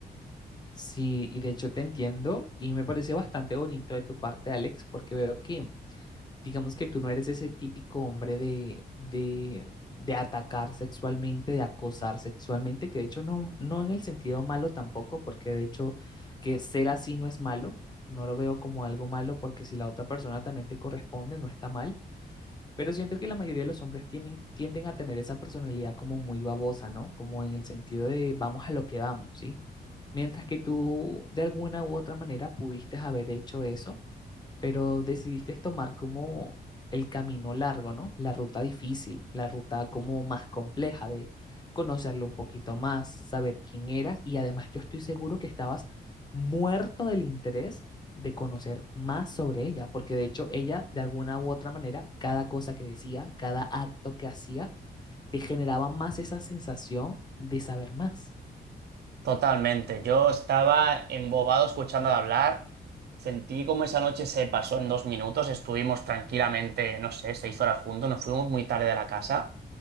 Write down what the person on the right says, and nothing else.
Totalmente. Yo estaba embobado escuchándola hablar. Sentí como esa noche se pasó en dos minutos. Estuvimos tranquilamente, no sé, seis horas juntos. Nos fuimos muy tarde de la casa.